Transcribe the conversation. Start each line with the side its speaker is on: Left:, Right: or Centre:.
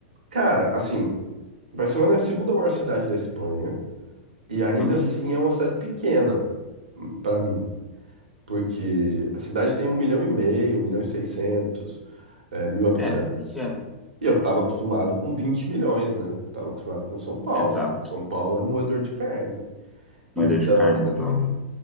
Right: Cara, assim, Barcelona é a segunda maior cidade da Espanha e ainda
Centre: Uhum.
Right: assim é uma cidade pequena hum, pra mim, porque a cidade tem um milhão e meio, um milhão e seiscentos eh, mil habitantes.
Centre: É, pequena.
Right: E eu tava acostumado com 20 milhões, né? Tava acostumado com São Paulo.
Centre: Exato.
Right: São Paulo é moedor de carne.
Centre: Moeda
Right: Então,
Centre: de carne total.